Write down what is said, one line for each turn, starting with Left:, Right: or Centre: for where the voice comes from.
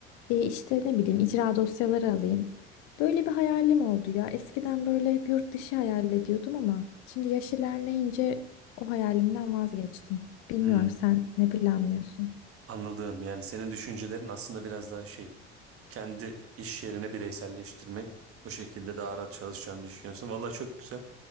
Left: e işte ne bileyim icra dosyaları alayım. Böyle bir hayalim oldu ya. Eskiden böyle hep yurt dışı hayal ediyordum ama şimdi yaş ilerleyince o hayalimden vazgeçtim. Bilmiyorum
Right: Hmm.
Left: sen ne planlıyorsun?
Right: Anladığım yani senin düşüncelerin aslında biraz daha şey kendi iş yerine bireyselleştirmek o şekilde daha rahat çalışacağını düşünüyorsun. Valla çok güzel.